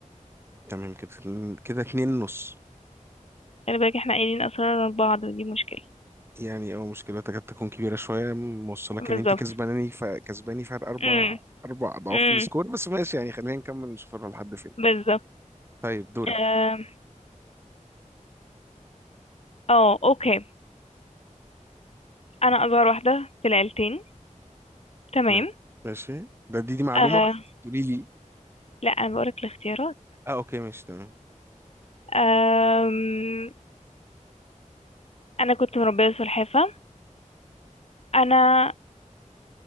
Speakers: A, on the right; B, on the left.
A: تمام كده كده اتنين نص
B: خلي بالك احنا قايلين اسرار بعض ودي مشكلة
A: يعني اه مشكلة تكاد تكون كبيرة شوية موصلك
B: بالظبط
A: ان انت كسباناني ف... كسباني فرق اربع
B: امم
A: اربع اضعاف
B: امم
A: السكور بس ماشي يعني خلينا نكمل نشوف هنروح لحد فين
B: بالظبط
A: طيب دورك
B: اه آه، اوكي انا اصغر واحدة في العيلتين تمام
A: م... ماشي ده دي, دي معلومة
B: آه
A: ولا تقولي لي
B: لا انا بقولك الاختيارات
A: اه اوكي ماشي تمام
B: آم، انا كنت مربية سلحفة انا